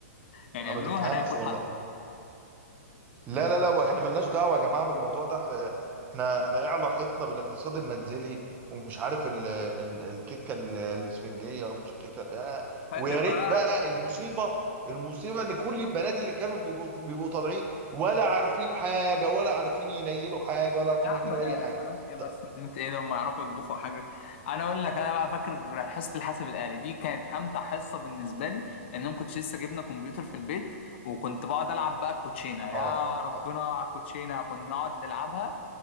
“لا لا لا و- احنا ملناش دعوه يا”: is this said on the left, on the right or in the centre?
Right